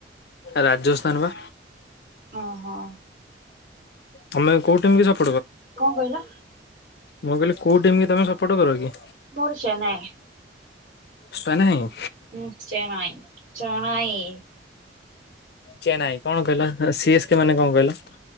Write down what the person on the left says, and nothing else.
ରାଜସ୍ଥାନ ବା।
ତମେ କୋଉ ଟିମ କୁ ଜ
ମୁଁ କହିଲି କୋଉ ଟିମ୍ କି ତମେ ସପୋର୍ଟ କର କି?
ସ୍ତେନେଇ।
ଚେନାଇ କଣ କହିଲ ସିଏସ୍ କେ ମାନେ କଣ କହିଲ?